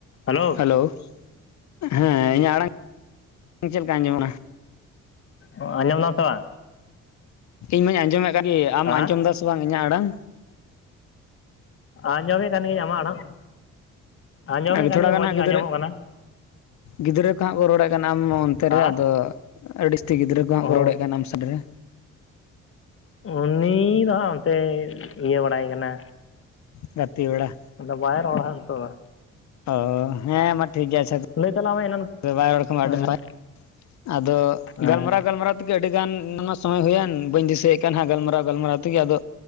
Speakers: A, on the left; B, on the left.
A: Hello.
B: Hello, ᱦᱮᱸ ᱤᱧᱟᱹᱜ ᱟᱲᱟᱝ ᱪᱮᱫ ᱞᱮᱠᱟ ᱟᱸᱡᱚᱢᱟ ᱠᱟᱱᱟ?
A: ᱚ ᱟᱸᱡᱚᱢ ᱫᱟᱢ ᱥᱮ ᱵᱟᱝ?
B: ᱤᱧ ᱢᱟᱧ ᱟᱸᱡᱚᱢᱮᱫ ᱠᱟᱱ ᱜᱮ᱾ ᱟᱢ
A: ᱦᱮᱸ
B: ᱟᱸᱡᱚᱢ ᱫᱟᱥᱮ ᱵᱟᱝ ᱤᱧᱟᱹᱜ ᱟᱲᱟᱝ?
A: ᱟᱸᱡᱚᱢᱮᱫ ᱠᱟᱱ ᱜᱤᱭᱟᱹᱧ ᱟᱢᱟᱜ ᱟᱲᱟᱝ ᱟᱸᱡᱚᱢᱮᱫ
B: ᱟᱨ
A: ᱠᱟᱱ
B: ᱛᱷᱚᱲᱟ
A: ᱜᱤᱭᱟᱹᱧ
B: ᱜᱟᱱ
A: ᱢᱚᱡᱽ
B: ᱦᱟᱸᱜ
A: ᱜᱮ
B: ᱜᱤᱫᱽᱨᱟᱹ
A: ᱟᱸᱡᱚᱢᱚᱜ ᱠᱟᱱᱟ᱾
B: ᱜᱤᱫᱽᱨᱟᱹ ᱠᱚᱦᱟᱸᱜ ᱠᱚ ᱨᱚᱲᱮᱫ ᱟᱢ ᱚᱱᱛᱮ
A: ᱦᱮᱸ
B: ᱨᱮ ᱟᱫᱚ ᱟᱹᱰᱤ ᱡᱟᱹᱥᱛᱤ ᱜᱤᱫᱽᱨᱟᱹ ᱠᱚ ᱦᱟᱸᱜ ᱠᱚ
A: ᱚ
B: ᱨᱚᱲᱮᱫ ᱠᱟᱱ ᱟᱢ ᱥᱮᱱ ᱨᱮ᱾
A: ᱩᱱᱤ ᱫᱚ ᱦᱟᱸᱜ ᱚᱱᱛᱮ ᱤᱭᱟᱹ ᱵᱟᱲᱟᱭ ᱠᱟᱱᱟ
B: ᱜᱟᱛᱮ ᱵᱟᱲᱟ᱾
A: ᱟᱫᱚ ᱵᱟᱭ ᱨᱚᱲᱟ ᱦᱟᱸᱜ ᱱᱤᱛᱚᱜ ᱫᱚ᱾
B: ᱚ ᱦᱮᱸ ᱢᱟ ᱴᱷᱤᱠ ᱜᱮᱭᱟ ᱟᱪᱪᱷᱟ
A: ᱞᱟᱹᱭ ᱛᱟᱞᱟᱝ ᱢᱮ <unintelligible>
B: ᱟᱫᱚ ᱵᱟᱭ ᱨᱚᱲ ᱠᱷᱟᱱᱢᱟ
A: ᱦᱮᱸ
B: ᱟᱹᱰᱤ ᱱᱟᱯᱟᱭ ᱟᱫᱚ
A: ᱦᱮᱸ
B: ᱜᱟᱞᱢᱟᱨᱟᱣ ᱜᱟᱞᱢᱟᱨᱟᱣ ᱛᱮᱜᱮ ᱟᱹᱰᱤ ᱜᱟᱱ ᱚᱱᱟ ᱥᱚᱢᱚᱭ ᱦᱩᱭᱮᱱ ᱵᱟᱹᱧ ᱫᱤᱥᱟᱹᱭᱮᱫ ᱠᱟᱱ ᱦᱟᱸᱜ ᱜᱟᱞᱢᱟᱨᱟᱣ ᱜᱟᱞᱢᱟᱨᱟᱣ ᱛᱮᱜᱮ ᱟᱫᱚ